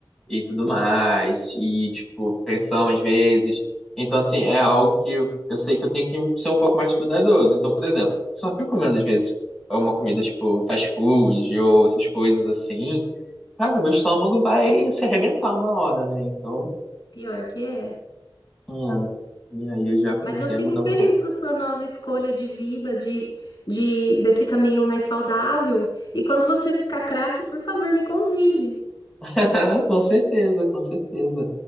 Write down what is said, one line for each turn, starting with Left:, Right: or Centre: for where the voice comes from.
Centre: e tudo mais, e, tipo, pressão às vezes. Então, assim, é algo que eu, eu sei que eu tenho que ser um pouco mais cuidadoso. Então, por exemplo, se eu fico comendo, às vezes, uma comida, tipo, um fast food ou essas coisas assim, cara, meu estômago vai se arrebentar uma hora, né? Então,
Left: Pior que é.
Centre: é. E aí eu já comecei
Left: Mas eu fico
Centre: a mudar
Left: feliz
Centre: um pouco.
Left: com a sua nova escolha de vida, de, de desse caminho mais saudável. E quando você ficar craque, por favor, me convide.
Centre: <laughs> Ah, com certeza, com certeza.